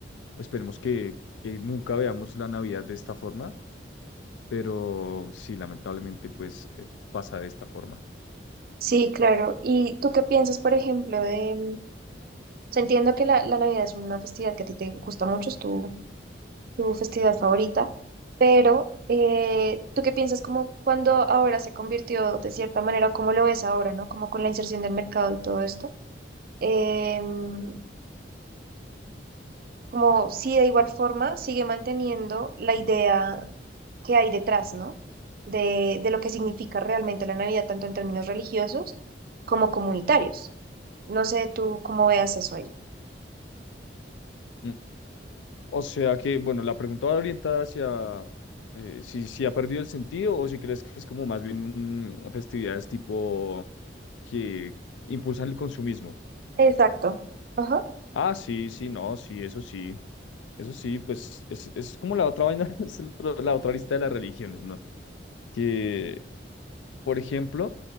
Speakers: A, on the left; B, on the right.
A: Esperemos que, que nunca veamos la Navidad de esta forma, pero sí, lamentablemente, pues eh, pasa de esta forma.
B: Sí, claro. ¿Y tú qué piensas, por ejemplo, de... mm, o sea, entiendo que la, la Navidad es una festividad que a ti te gusta mucho, es tu tu festividad favorita, pero eh, ¿tú qué piensas como cuando ahora se convirtió de cierta manera, o cómo lo ves ahora, ¿no? Como con la inserción del mercado y todo esto, em, como si de igual forma sigue manteniendo la idea que hay detrás, ¿no? De, de lo que significa realmente la Navidad, tanto en términos religiosos como comunitarios. No sé tú cómo veas eso ahí.
A: Mm. O sea que, bueno, la pregunta va orientada hacia eh, si, si ha perdido el sentido o si crees que es como más bien un, festividades tipo que impulsan el consumismo.
B: Exacto. Ajá.
A: Ah, sí, sí, no, sí, eso sí. Eso sí, pues es, eso es como la otra vaina, <laughs> es el otro- la otra lista de las religiones, ¿no? Que, por ejemplo,